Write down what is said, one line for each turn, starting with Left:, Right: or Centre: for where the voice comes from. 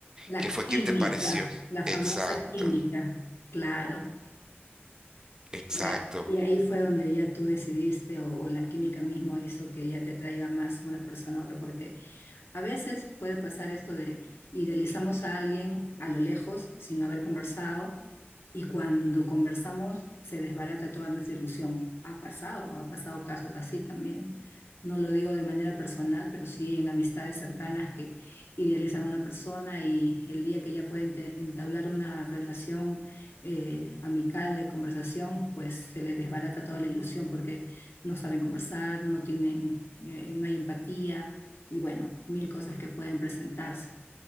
Left: la
Right: que fue
Left: química,
Right: quien te pareció.
Left: la famosa
Right: Exacto,
Left: química. Claro.
Right: exacto.
Left: Y a- y ahí fue donde ya tú decidiste o, o la química mismo hizo que ya te atraiga más una persona a otra, porque a veces puede pasar esto de idealizamos a alguien a lo lejos sin haber conversado y cuando conversamos se desbarata toda nuestra ilusión. Ha pasado, ha pasado casos así también. No lo digo de manera personal, pero sí en amistades cercanas que idealizan a una persona y el día que ya pueden te- entablar una relación eh, amical de conversación, pues se les desbarata toda la ilusión porque no saben conversar, no tienen, eh, no hay empatía y bueno, mil cosas que pueden presentarse,